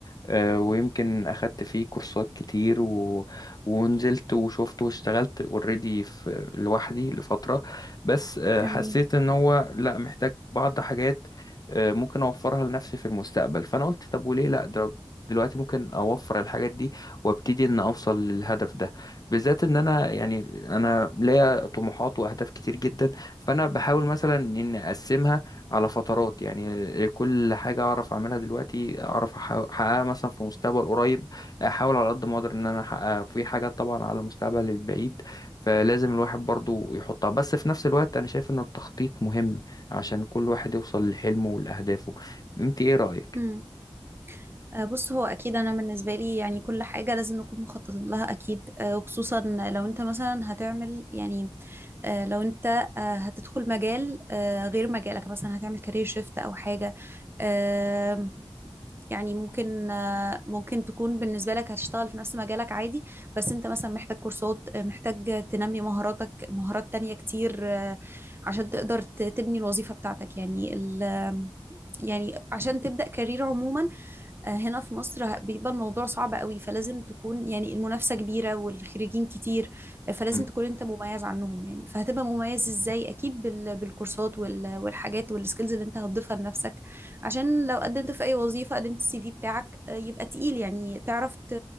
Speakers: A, on the left (about 40°); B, on the right (about 25°).
A: آه، ويمكن أخدت فيه كورسات كتير و... ونزلت وشفت واشتغلت اوريدي في لوحدي لفترة بس آه،
B: جميل
A: حسيت إن هو لأ محتاج بعض حاجات آه، ممكن أوفرها لنفسي في المستقبل فأنا قلت طب وليه لأ ده دلوقتي ممكن أوفر الحاجات دي وابتدي إن أوصل للهدف ده بالذات إن أنا يعني أنا ليا طموحات وأهداف كتير جدا فأنا بحاول مثلا إن أقسمها على فترات يعني كل حاجة أعرف أعملها دلوقتي أعرف أح- أحققها مثلا في مستقبل قريب أحاول على قد ما أقدر إن أنا أحققها في حاجات طبعا على المستقبل البعيد فلازم الواحد برضو يحطها بس في نفس الوقت أنا شايف إن التخطيط مهم عشان كل واحد يوصل لحلمه ولأهدافه أنت إيه رأيك؟
B: مم. آه، بص هو اكيد انا بالنسبه لي يعني كل حاجه لازم نكون مخططين لها اكيد آه، وخصوصا لو انت مثلا هتعمل يعني آه، لو انت آه، هتدخل مجال آه، غير مجالك مثلا هتعمل كارير شيفت او حاجة آم، يعني ممكن آه، ممكن تكون بالنسبة لك هتشتغل في نفس مجالك عادي بس انت مثلا محتاج كورسات آه، محتاج تنمي مهاراتك مهارات تانية كتير آه، عشان تقدر ت- تبني الوظيفة بتاعتك يعني ال يعني عشان تبدأ كارير عموما آه، هنا في مصر ه- بيبقى الموضوع صعب قوي فلازم تكون يعني المنافسة كبيرة والخريجين كتير آه، فلازم
A: مم.
B: تكون انت مميز عنهم يعني فهتبقى مميز ازاي اكيد بال- بالكورسات وال- والحاجات والسكيلز اللي انت هتضيفها لنفسك عشان لو قدمت في اي وظيفة قدمت السي في بتاعك آه، يبقى تقيل يعني تعرف ت-